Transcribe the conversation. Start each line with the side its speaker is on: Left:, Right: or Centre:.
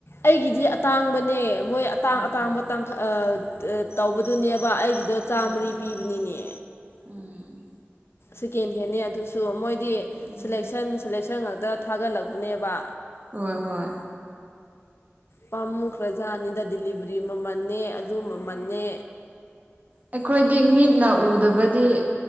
Left: ꯑꯩꯒꯤꯗꯤ ꯑꯇꯥꯡꯕꯅꯦ ꯃꯣꯏ ꯑꯇꯥꯡ
Right: ꯎꯝ
Left: ꯑꯇꯥꯡꯕ ꯇꯥꯡꯈꯛ ꯇꯧꯕꯗꯨꯅꯦꯕ ꯑꯩꯒꯤꯗꯣ ꯆꯥꯝꯃꯔꯤ
Right: ꯎꯝ
Left: ꯄꯤꯕꯅꯤꯅꯦ
Right: ꯎꯝ
Left: ꯁꯦꯀꯦꯟ ꯍꯦꯟꯅꯦ ꯑꯗꯨꯁꯨ ꯃꯣꯏꯗꯤ
Right: ꯎꯝ
Left: ꯁꯦꯂꯦꯛꯁꯟ ꯁꯦꯂꯦꯛꯁꯟ ꯉꯥꯛꯇ ꯊꯥꯒꯠꯂꯛꯄꯅꯦꯕ
Right: ꯍꯣꯏ ꯍꯣꯏ
Left: ꯄꯥꯝꯃꯨꯈ꯭ꯔꯖꯥꯅꯤꯗ ꯗꯗꯤꯂꯤꯚꯔꯤ ꯃꯃꯜꯅꯦ ꯑꯗꯨ ꯃꯃꯜꯟꯅꯦ
Right: ꯑꯩꯈꯣꯏꯗꯤ ꯃꯤꯠꯅ ꯎꯗꯕꯗꯤ